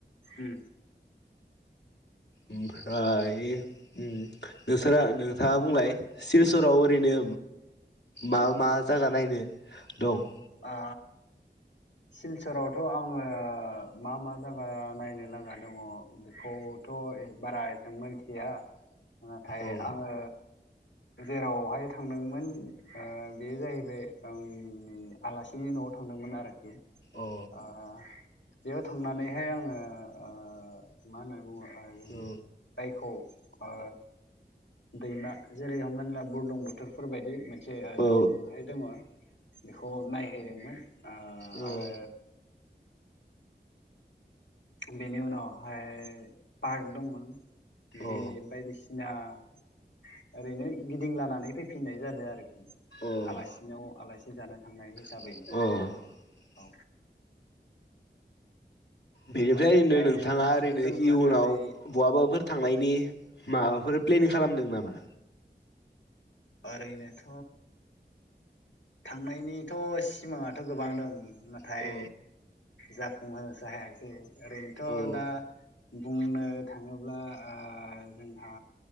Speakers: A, on the left (about 85°); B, on the left (about 70°).
A: उम
B: ओमफ्राय ओ नोंस्रा नोंथाङा बुंलाय सिलसराव ओरैनो मा -मा जायगा नायनो दं?
A: आ सिलसरावथ' आङो मा- मा जायगा नायनो गोनां दङ बेखौ थ' बारा मोजां मिथिया नाथाय
B: औ
A: आङो जेरावहाय थांदोंमोन ओ बे जाहैबाय ओं आलासिनि न'आव थांदोंमोन आरोखि
B: औ
A: ओ बेयाव थांनानैहाय आङो ओ मा होनना बुङो ओ
B: औ
A: जायखौ ओ दैमा जेरै हमनाानला बुरलुंबुथुरफोरबायदि मोनसे ओ जेयाजोंहाय
B: औ
A: दङ बेखौ नायहैदोंमोन ओ
B: औ
A: आरो बेनि उनावहाय पार्क दंमोन बिदि
B: औ
A: बायदिसिना ना ओरैनो गिदिंलानानै फैफिननाय जादों आरखि
B: औ
A: आलासिनियाव आलासि जानो थांनाय हिसाबैनो
B: औ
A: औ
B: बेनिफ्राय
A: ओ
B: होनदो
A: नायनो
B: नोंथाङा
A: लागाथ'
B: ओरैनो
A: दोङो
B: इयुनाव
A: होननानै
B: बहाबाफोर थांनायनि माबाफोर प्लेनिं खालामदों नामा?
A: ओरैनोथ' थांनायनिथ' सिमाङाथ' गोबां दं नाथाय
B: औ
A: जाफुंहोनोसो हायाखै ओरैनोथ'
B: औ
A: दा बुंनो थाङोब्ला ओ जोंहा